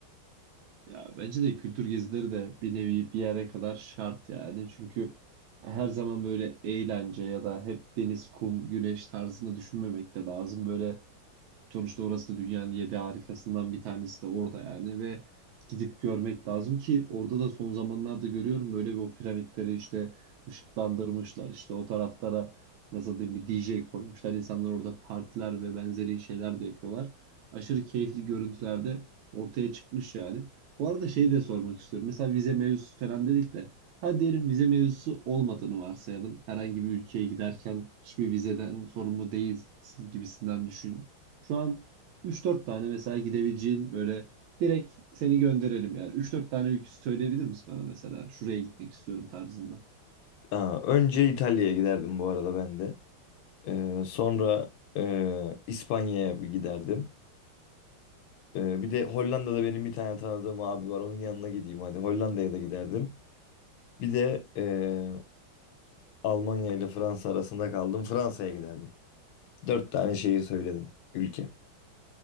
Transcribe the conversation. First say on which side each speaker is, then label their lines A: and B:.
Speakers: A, on the right; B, on the left.
A: Ya bence de kültür gezileri de bir nevi bir yere kadar şart yani. Çünkü her zaman böyle eğlence ya da hep deniz, kum, güneş tarzında düşünmemek de lazım. Böyle Sonuçta orası da dünyanın yedi harikasından bir tanesi de orada yani ve gidip görmek lazım ki orada da son zamanlarda görüyorum böyle bir o piramitleri işte ışıklandırmışlar işte o taraflara nasıl diyeyim bir DJ koymuşlar insanlar orada partiler ve benzeri şeyler de yapıyorlar. Aşırı keyifli görüntülerde ortaya çıkmış yani. Bu arada şeyi de sormak istiyorum. Mesela vize mevzusu falan dedik de hadi diyelim vize mevzusu olmadığını varsayalım. Herhangi bir ülkeye giderken hiçbir vizeden sorumlu değilsin gibisinden düşün. Şu an 3-4 tane mesela gidebileceğin böyle direkt seni gönderelim yani. üç dört tane ülke söyleyebilir misin bana mesela? Şuraya gitmek istiyorum tarzında.
B: Aa, önce İtalya'ya giderdim bu arada ben de. Ee, sonra e, İspanya'ya bir giderdim. Ee, bir de Hollanda'da benim bir tane tanıdığım abi var. Onun yanına gideyim hadi. Hollanda'ya da giderdim. Bir de eee, Almanya ile Fransa arasında kaldım. Fransa'ya giderdim. Dört tane şehir söyledim. Ülke.